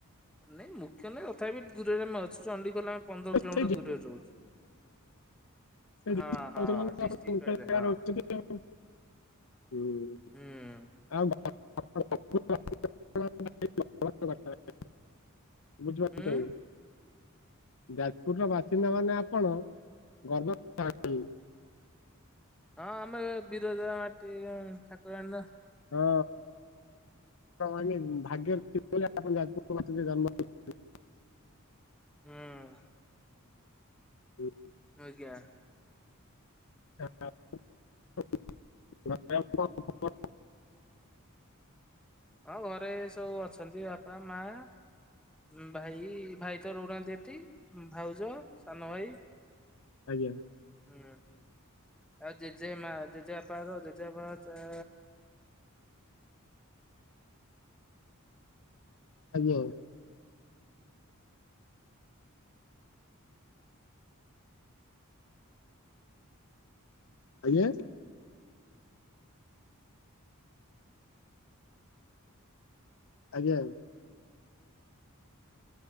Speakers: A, in the centre; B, on the left (about 65°).
A: ନାଇଁ ମୁଖ୍ୟ ନୁହେଁ ତ ଥାପି ଦୂରରେ ଆମେ ଅଛୁ। ଚଣ୍ଡିଖୋଲ ଆମ ପନ୍ଦର କିଲୋମିଟର୍
B: ସେଇ
A: ଦୂରରେ ରହୁଛୁ।
B: ସେଇଠି
A: ହଁ ହଁ
B: <inaudible> ରହୁଚନ୍ତି
A: ଡିଷ୍ଟ୍ରିକ୍ଟ କହିଲେ ହଁ
B: <inaudible> ହୁଁ,
A: ହୁଁ।
B: ଆଉ <unintelligible> <inaudible> ବୁଝିପାରୁଚନ୍ତି।
A: ହୁଁ
B: ଯାଜପୁର ର ବାସିନ୍ଦା ମାନେ ଆପଣ ଗର୍ବ ଥାନ୍ତି।
A: ହଁ ଆମର ବିରଜା ମାଟି ର ଠାକୁରାଣୀ ନା।
B: ହଁ। ତ ମାନେ ଭାଗ୍ୟରେ ଥିଲେ ବୋଲେ ଆପଣ ଯାଜପୁର ମାଟିରେ ଜନ୍ମ ହୋଇ <inaudible>
A: ହୁଁ
B: ହୁଁ।
A: ଆଜ୍ଞା।
B: <inaudible> ଛି
A: ହଁ ଘରେ ସବୁ ଅଛନ୍ତି ବାପା, ମା, ଉଁ, ଭାଇ। ଭାଇ ତ ରହୁନାହାନ୍ତି ଏଠି। ଉଁ, ଭାଉଜ ସାନ ଭାଇ।
B: ଆଜ୍ଞା।
A: ହୁଁ, ଆଉ ଜେଜେମା ଜେଜେବାପାର ଜେଜେବାପା ଚା
B: ଆଜ୍ଞା। ଆଜ୍ଞା। ଆଜ୍ଞା।